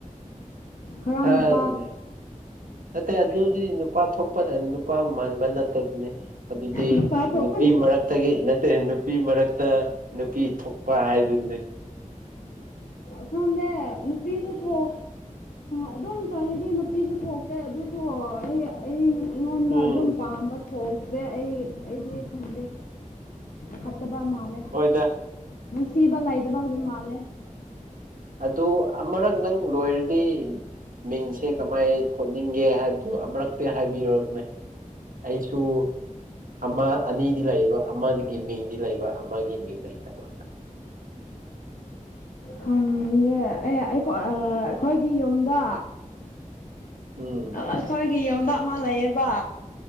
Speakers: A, on the left (about 80°); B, on the right (about 80°).
A: ꯈꯔ
B: <inaudible>
A: ꯅꯨꯄꯥ
B: ꯑꯗꯨꯗꯤ ꯅꯨꯄꯥ ꯊꯣꯛꯄꯅ ꯅꯨꯄꯥ ꯃꯥꯟꯕ ꯅꯠꯇꯕꯅꯤ ꯑꯗꯨꯗꯤ
A: ꯅꯨꯄꯥ ꯊꯣꯛꯄꯅꯤ
B: ꯅꯨꯄꯤ ꯃꯔꯛ ꯇꯒꯤ ꯅꯠꯇꯦ ꯅꯨꯄꯤ ꯃꯔꯛꯇ ꯅꯨꯄꯤ ꯊꯣꯛꯄ ꯍꯥꯏꯗꯨꯅꯤ
A: ꯗꯦ <inaudible> ꯅꯨꯄꯤꯁꯨ ꯊꯣ ꯑꯗꯨꯝ ꯆꯠꯂꯗꯤ ꯅꯨꯄꯤꯁꯨ ꯊꯣꯛꯇꯦ ꯑꯗꯨꯁꯨ ꯑꯩ ꯑꯩ ꯫ ꯑꯩꯉꯣꯟꯗ
B: ꯎꯝ
A: ꯑꯗꯨꯝ ꯄꯥꯝꯕ ꯊꯣꯛꯇꯦ ꯑꯩ ꯑꯩꯗꯤ ꯈꯪꯗꯦ ꯐꯠꯇꯕ ꯃꯥꯜꯂꯦ ꯫
B: ꯍꯣꯏꯗ ꯫
A: ꯅꯨꯡꯁꯤꯕ ꯂꯩꯗꯕ ꯍꯧꯥꯎꯗꯤ ꯃꯥꯜꯂꯦ
B: ꯑꯗꯨ ꯑꯃꯔꯛ ꯅꯪ ꯂꯣꯏꯔꯗꯤ ꯫ ꯃꯤꯡꯁꯦ ꯀꯃꯥꯏ ꯊꯣꯅꯤꯡꯒꯦ ꯍꯥꯏꯕꯗꯨꯣ ꯑꯃꯨꯔꯛꯇꯤ ꯍꯥꯏꯕꯤꯔꯨꯅꯦ ꯑꯩꯁꯨ ꯑꯃ ꯑꯅꯤꯗꯤ ꯂꯩꯌꯦꯕ ꯑꯃꯗꯒꯤ ꯃꯤꯡꯗꯤ ꯂꯩꯕ ꯫ ꯑꯃꯒꯤ ꯃꯤꯡ ꯂꯩꯇꯕ
A: ꯈꯪꯉꯦ ꯑꯦ ꯑꯩꯈꯣꯢ ꯑ ꯑꯩꯈꯣꯢꯒꯤ ꯌꯨꯝꯗ
B: ꯎꯝ
A: ꯑꯩꯈꯣꯏꯒꯤ ꯌꯨꯝꯗꯥ ꯃꯥ ꯂꯩꯌꯦꯕꯥ